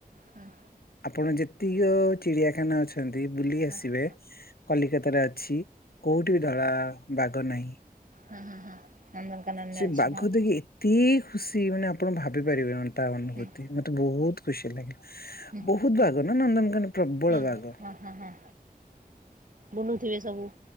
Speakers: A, on the right; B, on the left.
A: ହୁଁ।
B: ଆପଣ ଯେତିକ ଚିଡିଆଖାନା ଅଛି। ଏମିତି କି ବୁଲି
A: ହଁ
B: ଆସିବେ କଲିକତାରେ ଅଛି କୋଉଠି ବି ଧଳା ବାଘ ନାହିଁ।
A: ହୁଁ ହୁଁ ହୁଁ ନନ୍ଦନକାନନ
B: ସେ
A: ରେ ଅଛି
B: ବାଘ
A: ହଁ।
B: ଦେଖି ଏତେ ଖୁସି ମାନେ ଆପଣ ଭାବି ପାରିବେ ତା ଅନୁଭୂତି
A: ହଁ
B: ମତେ ବୋହୁତ ଖୁସି ଲାଗେ।
A: ହଁ
B: ବୋହୁତ ବାଘ ନା ନନ୍ଦନକାନ ପ୍ରବଳ
A: ହଁ
B: ବାଘ।
A: ହଁ ହଁ ହଁ ବୁଲୁଥିବେ ସବୁ।